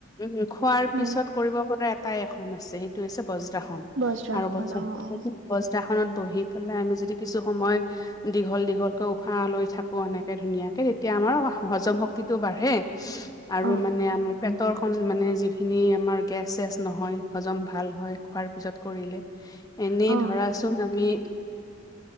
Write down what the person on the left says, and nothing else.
উম খোৱাৰ
পিছত কৰিব পৰা এটাই এ আছে সেইটো হৈছে ব বা
আৰু বজ
বজ্ৰাখনত বহি পেলাই আমি যদি কিছু সময় দীঘল- দীঘলকৈ উশাহ লৈ থাকোঁ এনেকে ধুনীয়াকে তেতিয়া আমাৰ হজম শক্ত বাঢ় আৰু
মানে মানে যিখ <inaudible> কেচ- চেচ নহয় হজম ভাল হয় খোৱাৰ পিছত কৰিলে এনেই
ধৰাচোন আমি